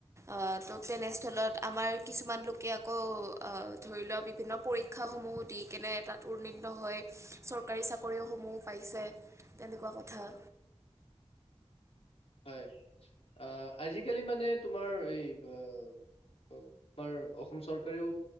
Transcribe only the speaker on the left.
হয় আহ আজিকালি মানে তোমাৰ এই বা অ, আমাৰ অসম চৰকাৰেও